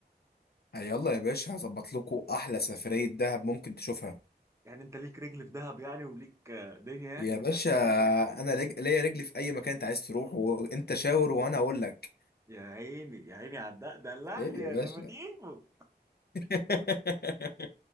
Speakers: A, on the left; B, on the right.
A: يلا يا باشا هظبط لكم احلى سفريه دهب ممكن تشوفها
B: يعني انت ليك رجل في دهب يعني وليك آه، دنيا يعني
A: يا باشا انا لج... ليا رجلي في اي مكان انت عايز تروح وانت شاور وانا اقول لك
B: يا عيني يا عيني على الدق دلعني
A: <laughs> عيب يا
B: يا
A: باشا
B: تفتيفو
A: <laughs>